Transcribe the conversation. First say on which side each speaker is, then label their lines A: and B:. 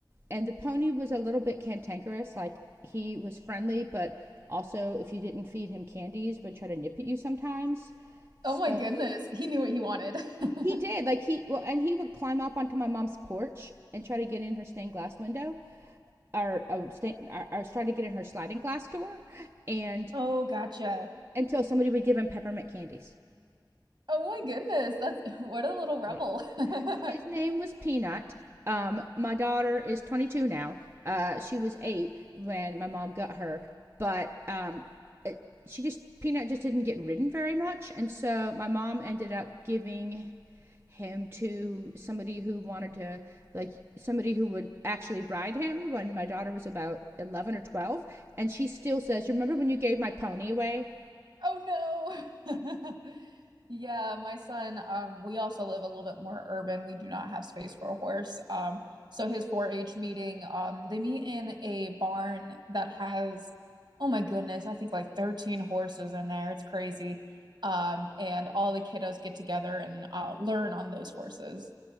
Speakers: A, on the right; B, on the right.
A: and the pony was a little bit cantankerous. Like, he was friendly, but also, if you didn't feed him candies, would try to nip at you sometimes. So
B: Oh my goodness, he knew what he wanted. <laughs>
A: he did, like he well, and he would climb up onto my mom's porch and try to get in her stained glass window, or, uh, stain, or, or try to get in her sliding glass door, and
B: Oh, gotcha.
A: until somebody would give him peppermint candies.
B: Oh my goodness, that's <laughs> what a little rebel.
A: Yeah.
B: <laughs>
A: His name was Peanut. Um, my daughter is 22 now. Uh, she was eight when my mom got her, but um, she just Peanut just didn't get ridden very much, and so my mom ended up giving him to somebody who wanted to like somebody who would actually ride him when my daughter was about 11 or 12 and she still says you remember when you gave my pony away
B: Oh no. <laughs> Yeah, my son, um, we also live a little bit more urban. We do not have space for a horse. Um, so his 4-H meeting, um, they meet in a barn that has, oh my goodness, I think like 13 horses in there. It's crazy. Um, and all the kiddos get together and uh, learn on those horses.